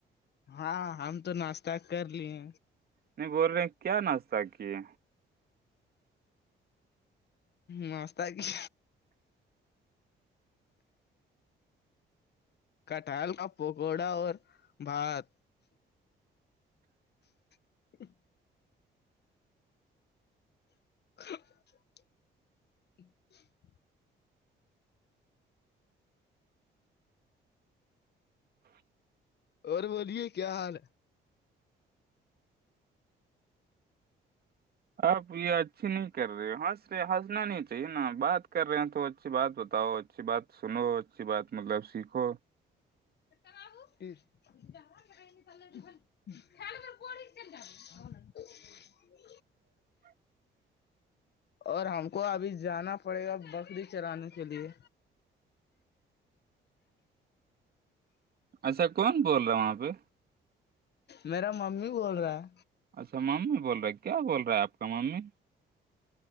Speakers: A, on the left; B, on the right.
A: ہاں ہم تو ناشتہ کر لیے
B: نہیں بول رہے کیا ناشہ کیے
A: ناستاہ کیا کٹہل کا پکوڑا اور بھات ہ <unintelligible> ہ <unintelligible> اور بولیے کیا حال ہے
B: آپ یہ اچھی ہیں کیا ہنس رے ہنسنا نہیں چاہیے نا بات کر رہے ہیں تو اچھی بات بتاؤ اچھی بات سنو اچھی بات مطلب سیکھو
A: کر پھر <unintelligible> خل ج <unintelligible>
B: ج <unintelligible>
A: اور ہم کو ابھی جانا پڑے گا بکری چرانے کے لیے
B: اچھا کون بول رہا ہ وہاں پہ
A: میرا ممی بول رہا ہے
B: اچھا ماممی بول رہے ہیں کیا بول رہا آپ کا مامی